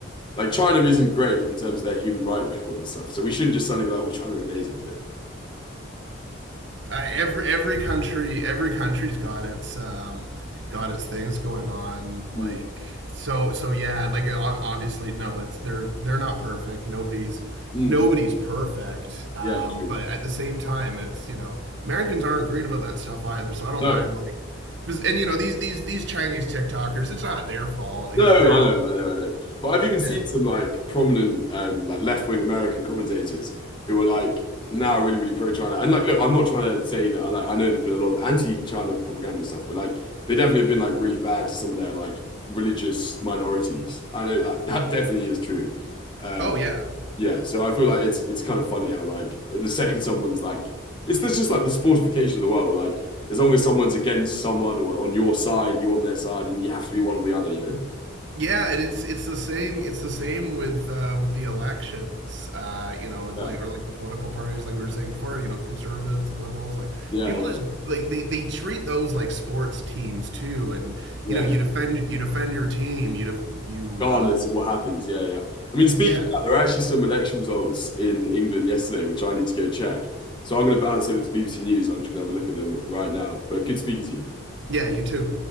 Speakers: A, on the left; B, on the right.
A: like China isn't great in terms of their human right record and stuff. So we shouldn't just suddenly be like, oh, China are amazing, you know?
B: uh, every every country every country's got its um, got its things going on. Like
A: Mm,
B: so so yeah. Like ob- obviously no, it's they're they're not perfect. Nobody's
A: mm,
B: nobody's perfect. Um,
A: yeah, true.
B: but at the same time, it's you know Americans aren't great about that stuff either. So I don't
A: No.
B: mind like. 'cause- And you know these these these Chinese TikTokers, it's not their fault.
A: No,
B: You know they're,
A: I know, I know, I know. But I've even seen
B: it,
A: some like prominent um like left-wing American commentators who are like now really, really pro-China. And like look, I'm not trying to say that like I know there's been a lot of anti-China propaganda and stuff, but like they definitely have been like really bad to some of their like religious minorities. I know that <laughs> that definitely is true. Uh
B: oh yeah,
A: yeah, so I feel like it's it's kind of funny how like the second someone's like it's there's just like the sportification of the world where like as long as someone's against someone or on your side, you're on their side and you have to be one or the other, you know?
B: Yeah, and it's it's the same it's the same with uh, with the elections, uh, you know, it's
A: Yeah.
B: like or like the political parties, like we were saying before, you know, the conservatives, the liberals, like
A: Yeah,
B: people
A: yeah,
B: just like they, they treat those like sports teams too, and
A: yeah.
B: you know, you defend you defend your team, you def- you
A: Regardless
B: uh,
A: of what happens, yeah, yeah. I mean, speaking
B: yeah
A: of that, there are actually some election results in England yesterday, which I need to go check. So I'm going to bounce over to BBC News. And I'm just going to have a look at them right now. But good speaking to you.
B: yeah you too.